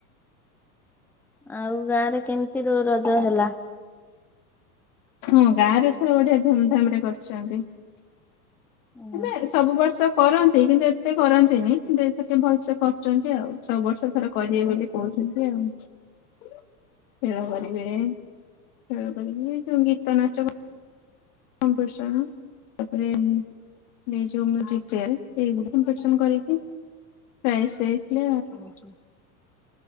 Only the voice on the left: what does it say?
ହଁ ଗାଁ ରେ ଏଥର ବଢିଆ ଧୁମଧାମ ରେ କରୁଛନ୍ତି।
ମାମେ ସବୁ ବର୍ଷ କରନ୍ତି କିନ୍ତୁ ଏତେ କରନ୍ତିନି କିନ୍ତୁ ଏଥର ଟିକେ ଭଲସେ କରୁଛନ୍ତି ଆଉ ସବୁ ବର୍ଷ ଥର କରିିଦେଇ ଗଲି କହୁଛନ୍ତି ଆଉ। ଖେଳ କରିବେ ଖେଳ କରିବେ ଯୋଉ ଗୀତ ନାଚ କ କମ୍ପିଡିସଣ ତାପରେ ଏଇ ଯଉ ମ୍ୟୁଜିକ ଚେୟାର ଏଇଗୁଡ଼ା। କମ୍ପିଡିସନ କରିକି <unintelligible>